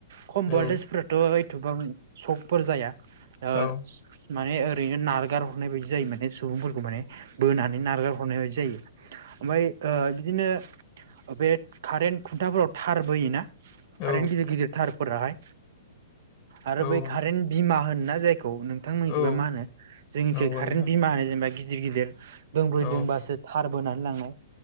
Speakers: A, on the right (about 60°); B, on the left (about 30°).
A: खम
B: औ
A: भल्टेजफोराथ' एथबां सकफोर जाया ओ
B: औ
A: माने ओरैनो नारगार हरनाय बायदि जायो माने सुबुंफोरखौ माने बोनानै नारगार हरनाय बायदि जायो ओमफ्राय बिदिनो बे कारेन्ट खुन्थाफोराव थार बोयोना कारेन्ट
B: औ
A: गिदिर -गिदिर थारफोराहाय आरो
B: औ
A: बै कारेन्ट बिमा होनोना जाय खौ नोंथांमोननिखिबा
B: औ
A: मा होनो जोंनिखि
B: नंगौ
A: कारेन्ट
B: नोंथां
A: बिमा होनो जेनेबा गिदिर- गिदिर दोंब्रैदोंबासो
B: औ
A: थार बोनानै लांनाय